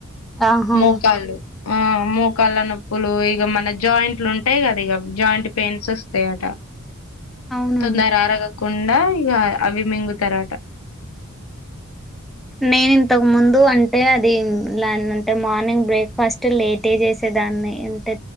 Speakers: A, in the centre; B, on the left.
A: ఆహా
B: మోకళ్ళు మూకాళ్ళ నొప్పులు ఇక మన జాయింట్లు ఉంటాయి కదా ఇక జాయింట్ పెయిన్స్ వస్తాయట
A: అవునా
B: తొందర ఆరగ కుండా ఇగ అవిమింగుతరట
A: నేను ఇంతకు ముందు అంటే అది ఎలంటే మార్నింగ్ బ్రేక్ఫాస్ట్ లేట్ చేసేదాన్ని అంటే